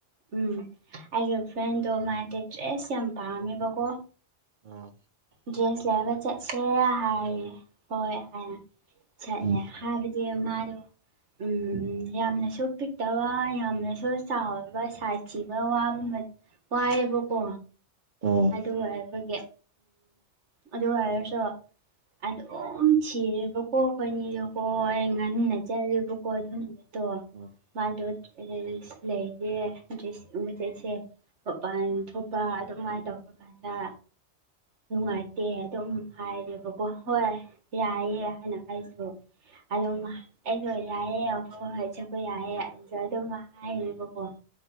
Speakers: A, on the right; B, on the right.
A: ꯎꯝ ꯑꯩꯒꯤ ꯐ꯭ꯔꯦꯟꯗꯣ ꯃꯥꯗꯤ ꯗ꯭ꯔꯦꯁ ꯌꯥꯝ ꯄꯥꯝꯃꯦꯕꯀꯣ
B: ꯑ
A: ꯗ꯭ꯔꯦꯁ ꯂꯩꯕ ꯆꯠꯁꯦ ꯍꯥꯏꯌꯦ ꯍꯣꯏ ꯍꯥꯏ ꯆꯠꯂꯦ
B: ꯎꯝ
A: ꯍꯥꯏ ꯃꯥꯔꯣ ꯎ ꯌꯥꯝꯅꯁꯨ ꯄꯤꯛꯇꯕ ꯌꯥꯝꯅꯁꯨ ꯆꯥꯎꯕ ꯁꯥꯏꯁ ꯊꯤꯕ ꯋꯥ ꯄꯥꯏꯔꯤꯕ ꯀꯣ
B: ꯑꯣ
A: ꯑꯗꯨ ꯍꯥꯏꯕꯒꯤ ꯑꯗꯨ ꯑꯣꯏꯔꯁꯨ ꯑꯗꯨꯝ ꯊꯤꯔꯦꯕꯀꯣ ꯑꯩꯈꯣꯏꯅꯤꯔꯀꯣ ꯑꯩ ꯉꯥꯟꯅ ꯆꯠꯦꯕꯀꯣ ꯑꯗꯨꯅ ꯠꯇꯣ
B: ꯑꯣ
A: ꯃꯥꯗ ꯂꯩꯗ ꯃ ꯎꯆꯖꯦꯁ ꯃꯄꯥꯟ ꯊꯣꯛꯄ ꯑꯗꯨꯃꯥꯏꯅ ꯇꯧ ꯆꯠꯄ ꯀꯥꯟꯗ ꯅꯨꯡꯉꯥꯏꯇꯦ ꯑꯗꯨꯝ ꯍꯥꯏꯔꯦꯕꯀꯣ ꯍꯣꯏ ꯌꯥꯏꯑꯌꯦ
B: ꯎꯝ
A: ꯍꯥꯏꯅ ꯑꯩꯁꯨ ꯑꯗꯨꯝ ꯑꯩꯁꯨꯣ ꯌꯥꯏꯑꯦ ꯑ ꯍ ꯍꯣꯏ ꯆꯠꯄ ꯌꯥꯏꯑꯦꯁꯨ ꯑꯗꯨꯝ ꯍꯥꯏꯕꯀꯣ